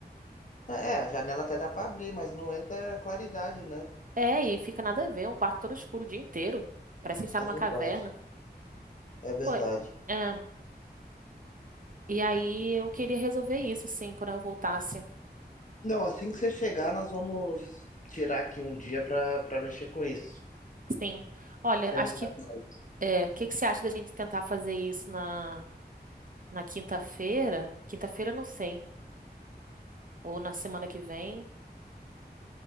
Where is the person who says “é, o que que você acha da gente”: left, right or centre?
Right